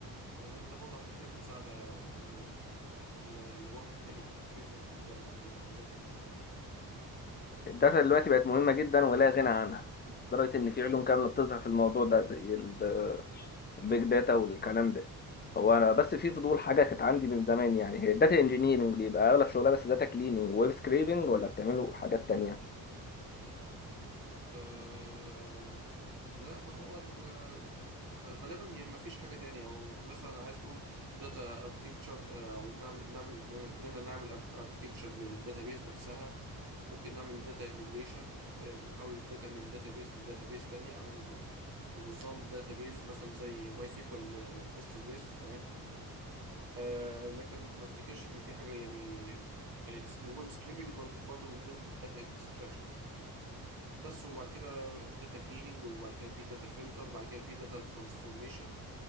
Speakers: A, on the right; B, on the left.
A: يعني انت برضه هتحتاج مساعده م- ل- لواحد تاني بيفهم في الداتا عموما او داتا انجينير
B: الداتا دلوقتي بقت مهمة جدا ولا غنى عنها لدرجة إن في علوم كاملة بتظهر في الموضوع ده زي ال- البيج داتا والكلام ده هو أنا بس في فضول حاجة كانت عندي من زمان يعني هي الداتا انجينيرنج بيبقى أغلب شغلها بس داتا كليننج وويب سكريبنج ولا بتعملوا حاجات تانية؟
A: أه لا ما هو ال- آه، غالبا يعني ما فيش حاجة تانية هو مثلا عايز تقول داتا اركتكتشر او نعمل نعمل اننا نعمل اركتكتشر للداتابيز نفسها ممكن نعمل داتا اميجريشن نحول الداتا من داتابيز لداتابيز تانية او من نظام داتابيز مثلا زي ماي سيكوال بوستجريس فاهم أه لكن ما افتكرش ان في حاجة يعني يعني الويب سكريبنج برضه برضه من ضمن الداتا اكستراكشن بس وبعد كده داتا كليننج وبعد كده في داتا فلتر وبعد كده في داتا ترانسفورميشن